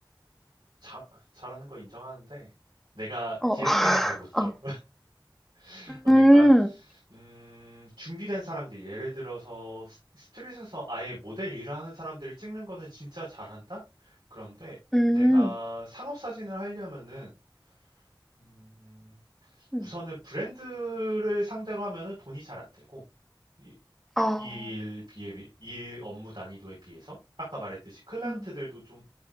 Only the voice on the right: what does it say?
자, 잘하는 거 인정하는데 내가
디렉팅을
잘 못 줘.
<laughs> 그러니까
음 준비된 사람들이 예를 들어서 스 스트릿에서 아예 모델 일을 하는 사람들이 찍는 거는 진짜 잘한다? 그런데
내가 상업 사진을 하려면은 음
우선은 브랜드를 상대로 하면은 돈이 잘 안 되고 이
일 비에 비 일 업무 난이도에 비해서 아까 말했듯이 클라이언트들도
좀